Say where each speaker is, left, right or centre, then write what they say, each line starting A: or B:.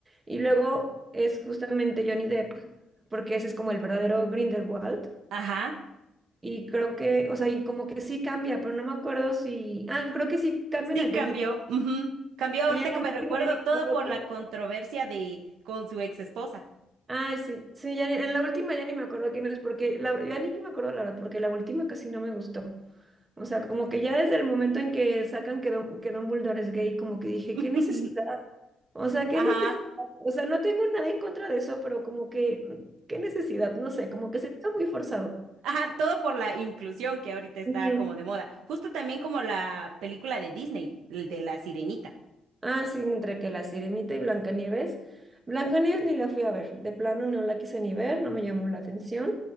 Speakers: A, on the right (about 25°); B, on the right (about 80°).
A: Y luego es justamente Johnny Depp, porque ese es como el verdadero Grindelwald.
B: ajá.
A: Y creo que, o sea, y como que sí cambia, pero no me acuerdo si, ah, creo que sí cambian
B: Sí
A: a
B: cambió.
A: Johnny Depp.
B: ujú. Cambió ahorita
A: Y ya en
B: que
A: la
B: me
A: última
B: recuerdo
A: ya ni
B: todo
A: me acuerdo
B: por la controversia de con su ex esposa.
A: Ay, sí, sí, ya ni- en la última ya ni me acuerdo quién es, porque la, ya ni me acuerdo la verdad, porque la última casi no me gustó. O sea, como que ya desde el momento en que sacan que, Don, que Dumbledore es gay, como que dije,
B: <laughs>
A: ¿qué necesidad? O sea, ¿qué
B: Ajá.
A: necesidad? O sea, no tengo nada en contra de eso, pero como que, ¿qué necesidad? No sé, como que se me hizo muy forzado.
B: Ajá, todo por la inclusión que ahorita está
A: Ujú.
B: como de moda. Justo también como la película de Disney, el de La Sirenita.
A: Ah, sí, entre que La Sirenita y Blancanieves. Blancanieves ni la fui a ver, de plano no la quise ni ver, no me llamó la atención,